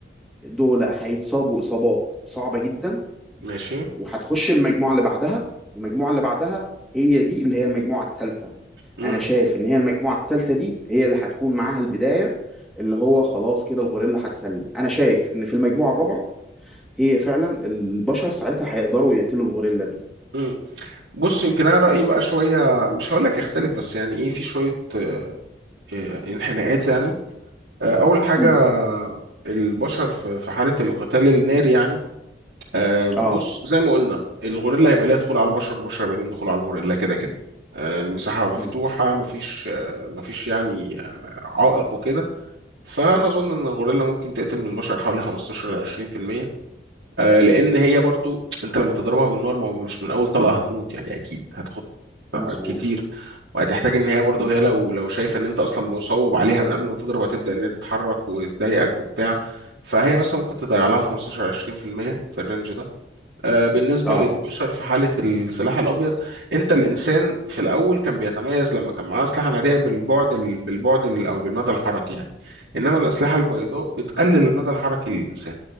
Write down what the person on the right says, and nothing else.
ماشي
امم
امم بص يمكن انا رايي بقى شويه مش هقول لك يختلف بس يعني ايه في شويه آه، آه، انحناءات يعني آه، اول حاجه
البشر في في حاله القتال الناري يعني آه بص
زي ما قلنا الغوريلا هيبقى ليها دخول على البشر والبشر هيبقى ليهم دخول على الغوريلا كده كده آه المساحة مفتوحة
مفيش آه مفيش يعني آه عائق وكده فأنا أظن إن الغوريلا ممكن تقتل من البشر حوالي 15 ل 20% آه لأن هي برضو أنت لما تضربها بالنار ما هو مش من أول طلقة هتموت يعني أكيد هتاخد
كتير وهتحتاج إن هي برضو
هي لو لو شايفة إن أنت أصلا مصوب عليها من قبل ما تضرب هتبدأ إن هي تتحرك وتضايقك وبتاع فهي مثلا ممكن تضيع
لها 15 20% في المية في الرينج ده. آه، بالنسبة
للبشر في حالة السلاح الأبيض أنت الإنسان في الأول كان بيتميز لما كان معاه أسلحة نارية بالبعد ال... بالبعد ال... أو بالمدى الحركي يعني إنما الأسلحة البيضاء بتقلل المدى الحركي للإنسان